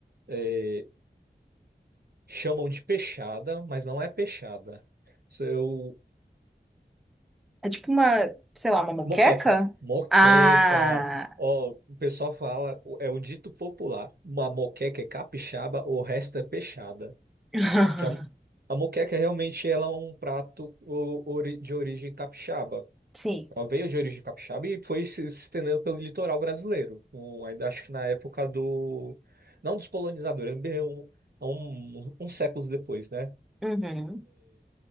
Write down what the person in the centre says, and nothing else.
É tipo uma, sei lá, uma moqueca?
Ah,
<laughs>
Sim.
uhum,